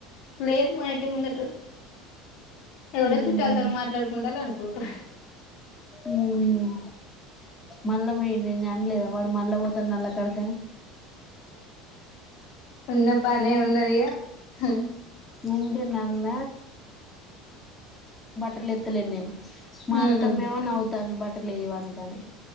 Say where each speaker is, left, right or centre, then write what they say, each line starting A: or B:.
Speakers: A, on the left; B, on the left.
A: లేదు మా ఇంటి ముందటోళ్ళు ఎవరో
B: ఉహు
A: చుట్టాల్తో మాట్లాడుకుంటాలే అన్ కుంటే
B: హ్మ్ మళ్ల పోయిండిని అనలేద వాడు మళ్ళా పోతాండు అక్కడికే
A: ఉన్న పనే ఉన్నదిగా హ
B: ఉండు నల్ల ట్రిల్ ఎత్తలేను నేను
A: ఉమ్
B: అత్తమా ఏమో నవ్వుతంది బట్ లేవంతది